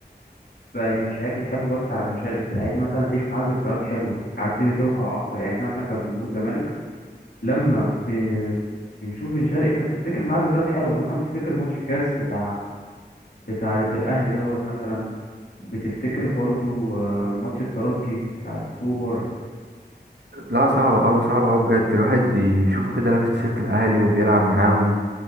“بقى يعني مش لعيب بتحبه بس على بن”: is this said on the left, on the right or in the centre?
Left